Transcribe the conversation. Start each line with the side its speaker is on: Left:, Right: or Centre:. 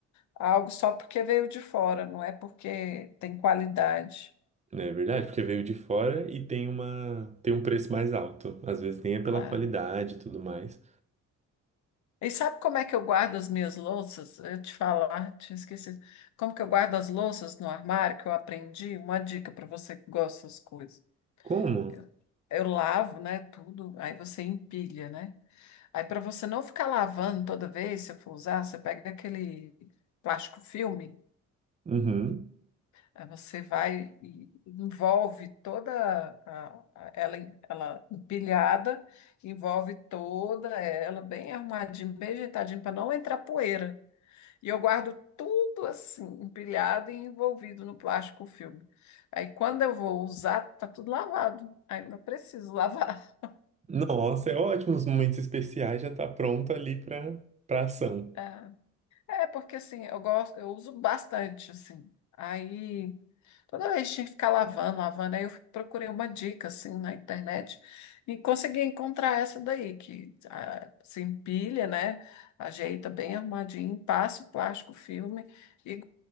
Left: algo só porque veio de fora, não é porque tem qualidade.
Right: Né, É verdade, porque veio de fora e tem uma, tem um preço mais alto. Às vezes nem é pela
Left: né?
Right: qualidade e tudo mais.
Left: E sabe como é que eu guardo as minhas louças? Eu te falar, tinha esquecido. Como que eu guardo as louças no armário que eu aprendi? Uma dica para você que gosta dessas coisas.
Right: Como?
Left: Eu, eu lavo, né, tudo, aí você empilha, né? Aí para você não ficar lavando toda vez, se eu for usar, você pega aquele plástico filme,
Right: Uhum.
Left: aí você vai e envolve toda a- a- ela, em- ela empilhada, envolve toda ela bem arrumadinha, bem ajeitadinha para não entrar poeira. E eu guardo tudo assim, empilhado e envolvido no plástico filme. Aí quando eu vou usar, tá tudo lavado. Aí não preciso lavar. <laughs>
Right: Nossa, é ótimo. Os momentos especiais já tá pronto ali pra, pra ação.
Left: É, é, porque assim, eu gosto, eu uso bastante assim. Aí toda vez tinha que ficar lavando, lavando. Aí eu procurei uma dica assim na internet e consegui encontrar essa daí que ah, se empilha, né? Ajeita bem arrumadinho, passa o plástico filme e